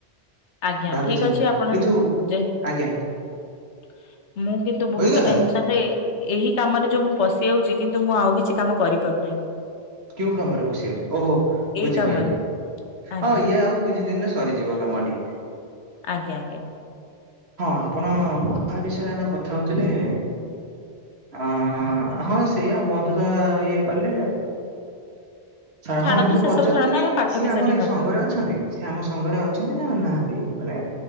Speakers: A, on the left; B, on the right.
A: ଆଜ୍ଞା
B: ଭାବିଚିନ୍ତି
A: ଠିକ ଅଛି ଆପଣ
B: କିନ୍ତୁ
A: ଯେହେତୁ
B: ଆଜ୍ଞା
A: ମୁଁ କିନ୍ତୁ ବହୁତ
B: ହୋଇଗଲା
A: ଟେନସ ତାନ୍ଦେ ଏହି କାମରେ ଯୋଉ ମୁଁ ପଶିଯାଉଛି କିନ୍ତୁ ମୁଁ ଆଉ କିଛି କାମ କରିପାରୁନାହିଁ।
B: କେଉଁ କାମରେ ପଶି ଆଉଛି ଓହୋ
A: ଏଇ
B: ବୁଝିପାରିଲି
A: କାମରେ ଆଜ୍ଞା।
B: ହଁ ଇଏ ଆଉ କିଛି ଦିନରେ ସରିଯିବ କାମଟି
A: ଆଜ୍ଞା ଆଜ୍ଞା।
B: ହଁ ଆପଣ କାହା ବିଷୟରେ ଆମେ କଥା ହୋଉଥୁଲେ। ଆଁ ହଁ ସେଇଆା ବନ୍ଧୁତା ଇଏ କିଲେ। ଛାଡ
A: ଛାଡନ୍ତୁ
B: ହଁ ମୁଁ
A: ସେ
B: ପଚାରୁିଥିଲି
A: ସବୁ ଛାଡନ୍ତୁ
B: କି
A: ଆମେ ପାଠ
B: ସିଏ
A: ବିଷୟରେ
B: ଆମର
A: ହିଁ
B: ଏଇ
A: କଥା
B: ସଂଘରେ ଅଛନ୍ତି। ସିଏ ଆମ ସଂଘରେ ଅଛନ୍ତି ନା ନାହାନ୍ତି ମାନେ